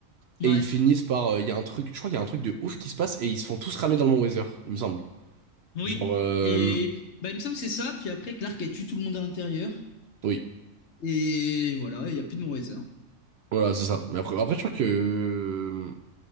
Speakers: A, on the left; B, on the right.
A: Ouais,
B: Et ils finissent par. euh, Il y a un truc, je crois qu'il y a un truc de ouf qui se passe et ils se font tous ramer dans le Mont Weather, il me semble.
A: oui.
B: Genre, euh,
A: Et bah, il me semble que c'est ça. Puis après, Clark a tué tout le monde à l'intérieur.
B: oui,
A: Et voilà, il n'y a plus de Morizer.
B: voilà, c'est ça. Mais après, après, je crois que euh,